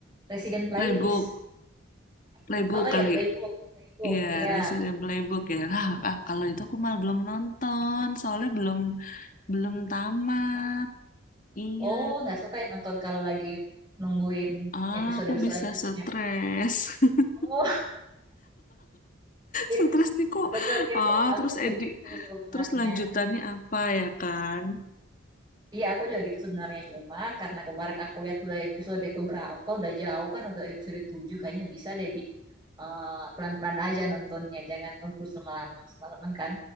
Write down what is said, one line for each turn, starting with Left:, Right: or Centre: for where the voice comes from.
Right: Resident Playlist.
Left: Playbook, Playbook
Right: Oh, oh
Left: kali.
Right: ya playbook, playbook,
Left: Iya,
Right: iya.
Left: Resident Playbook ya. Lah,
Right: Tuh,
Left: ah, kalau
Right: iya
Left: itu
Right: itu
Left: aku malah
Right: tuh.
Left: belum nonton, soalnya belum belum tamat.
Right: belum tamat.
Left: Iya.
Right: Oh, nggak suka ya nonton kalau lagi nungguin
Left: Ah,
Right: episode
Left: aku
Right: selanjutnya.
Left: bisa stres. <laughs>
Right: Oh, <laughs> itu.
Left: Stres nih kok.
Right: Aku juga gitu,
Left: Ah,
Right: aku
Left: terus
Right: juga
Left: Edi,
Right: gitu sebenarnya.
Left: terus lanjutannya apa ya kan?
Right: Iya, aku juga gitu sebenarnya. Cuma karena kemarin aku lihat udah episode keberapa, udah jauh kan, udah episode 7, kayaknya bisa deh di eh, pelan-pelan aja nontonnya, jangan ngebut semalaman, semalaman kan.